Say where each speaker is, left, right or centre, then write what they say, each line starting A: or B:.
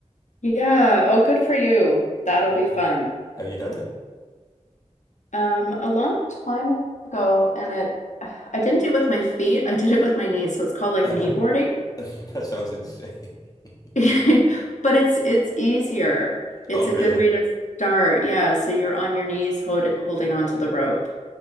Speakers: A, on the left; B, on the left.
A: Yeah. Oh, good for you. That'll
B: Yeah.
A: be fun.
B: Have you done it?
A: Um, a long time ago, and it I didn't do it with my feet. I did it with my knees. So it's called like
B: <laughs>
A: knee boarding.
B: That sounds insane. <laughs>
A: <laughs> But it's it's easier. It's
B: Oh, really?
A: a good way to start. Yeah, so you're on your knees hold, holding onto the rope